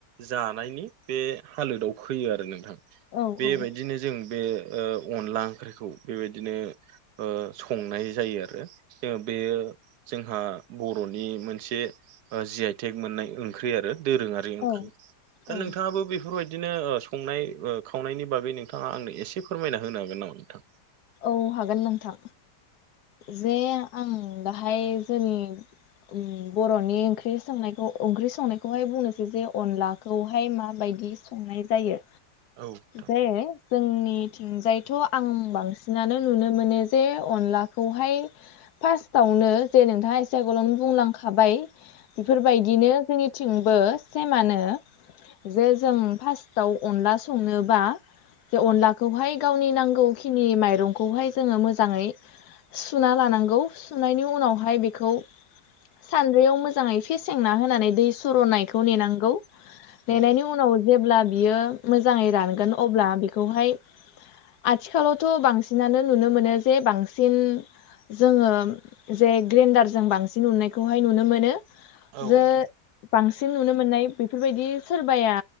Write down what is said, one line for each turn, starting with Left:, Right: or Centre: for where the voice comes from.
Right: जानायनि बे हालोदाव फैयो आरो नोंथां।
Left: औ
Right: बेबायदिनो जों बे ओ अनला ओंख्रिखौ बेबायदिनो ओ संनाय जायो आरो जों बेयो जोंहा बर'नि मोनसे जिआइटेग मोननाय ओंख्रि आरो दोरोङा दै ओंख्रि
Left: औ
Right: दा‌
Left: औ
Right: नोंथाङाबो बे बेफोरबायदिनो ओ संनाय ओ खावनायनि बागै नोंथाङा आंनो एसे फोरमायना होनो हागोन नामा नोंथां
Left: औ हागोन नोंथां जे आं दाहाय जोंनि उम बर'नि ओंख्रि संनायखौ ओंख्रि संनायखौहाय बुंनोसै जे अनला खौहाय माबायदि संनाय जायो?
Right: औ नोंथां
Left: जे जोंनिथिंजायथ' आं बांसि नानो नुनो मोनो जे अनलाखौहाय फार्स्टावनो जे नोंथाङा एसे आगोलावनो बुंलांखाबाय बेफोरबायदिनो जोंनिथिंबो सेमानो जे जों फार्स्टाव अनला संनोबा जे अनलाखौहाय गावनि नांगौ खिनि माइ रंखौहाय जोङो मोजाङै सुना लानांगौ सुनायनि उनावहाय बेखौ सान्द्रियाव मोजाङै फेसेेंना होनानै दै सुरनायखौ नेनांगौ ननायनि
Right: औ
Left: उनाव जेब्ला बियो मोजाङै रानगोन अब्ला बेखौहाय आथिखालावथ' बांसि नानो नुनो मोनो जे बांसिन जोङो जे ग्रेन्डार जों बांसिन उनायखौहाय नुनो मोनो
Right: औ नोंथां
Left: जो बांसिन नुनो मोननाय बेफोरबायदि सोरबाया